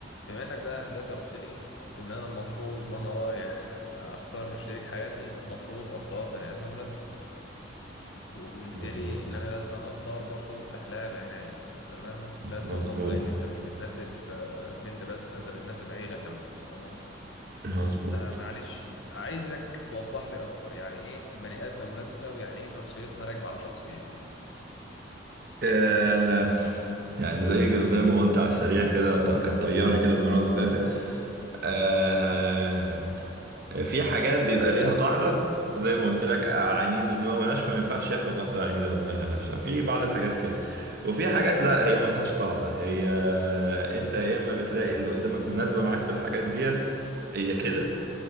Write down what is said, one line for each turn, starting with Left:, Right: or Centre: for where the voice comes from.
Left: بما انك بقى هندسة قلت لي ان انا المفروض وانا رايح اختار شريك حياتي المفروض اختار بني ادمة مناسبة وقلت
Right: مظبوط
Left: لي ان انا لازم اختار برضو اهلها بعناية تمام لازم
Right: مظبوط
Left: برضو لان انت مش بتناسب آه، البنت بس ده انت بتناسب عيلة كاملة تمام
Right: مظبوط
Left: آه معلش عايزك توضح لي اكتر يعني ايه بني ادمة مناسبة ويعني ايه شخصيتها راكبة على شخصيتي
Right: آه يعني زي زي ما قلت على السريع كده ط- كانت طياري كده المرة اللي فاتت آه في حاجات بيبقى ليها قاعدة زي ما قلت لك عنيد ودماغه ناشفة ما ينفعش ياخد واحدة عنيدة ودماغها ناشفة في بعض الحاجات كده وفي حاجات لا هي ملهاش قاعدة هي آه، انت يا اما بتلاقي اللي قدامك مناسبة معاك في الحاجات ديت هي كده